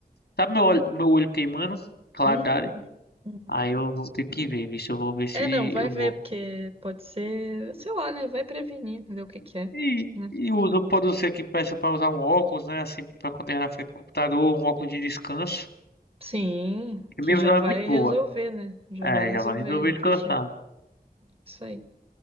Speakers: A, on the left; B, on the right.
A: Sabe meu olho, meu olho queimando? Claridade.
B: Uhum, uhum.
A: Aí eu vou ter que ver, visto, eu vou ver se
B: É, não, vai
A: eu
B: ver,
A: vou.
B: porque pode ser, sei lá, né? Vai prevenir, entendeu o que que é,
A: E,
B: né?
A: e uso, pode ser que peça pra usar um óculos, né, assim, pra acontecer na frente do computador, um óculos de descanso.
B: Sim,
A: E
B: que
A: minha
B: já
A: visão
B: vai
A: é muito boa.
B: resolver, né? Já
A: É,
B: vai
A: já
B: resolver
A: vai resolver
B: ali
A: descansar.
B: pra ti. Isso aí.